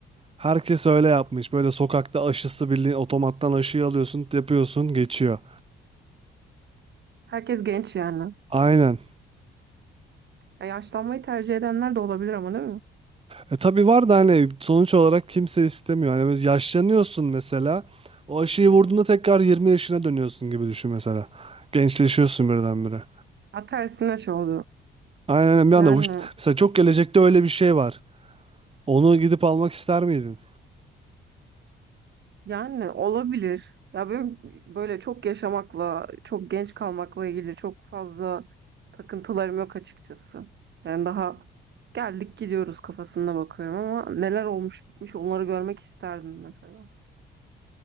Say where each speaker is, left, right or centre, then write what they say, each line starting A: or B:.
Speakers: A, on the right; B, on the right.
A: herkes öyle yapmış. Böyle sokakta aşısı bildiğin otomattan aşıyı alıyorsun, yapıyorsun, geçiyor.
B: Herkes genç yani.
A: Aynen.
B: Ya yaşlanmayı tercih edenler de olabilir ama değil mi?
A: E tabii var da hani sonuç olarak kimse istemiyor. Hani biz yaşlanıyorsun mesela. O aşıyı vurduğunda tekrar 20 yaşına dönüyorsun gibi düşün mesela. Gençleşiyorsun
B: Hmm.
A: birdenbire.
B: Ha tersine şey oluyor.
A: Aynen bir
B: Yani
A: anda vuş- Mesela çok gelecekte öyle bir şey var. Onu gidip almak ister miydin?
B: yani olabilir. Ya benim böyle çok yaşamakla, çok genç kalmakla ilgili çok fazla takıntılarım yok açıkçası. Yani daha geldik gidiyoruz kafasına bakıyorum ama neler olmuş bitmiş onları görmek isterdim mesela.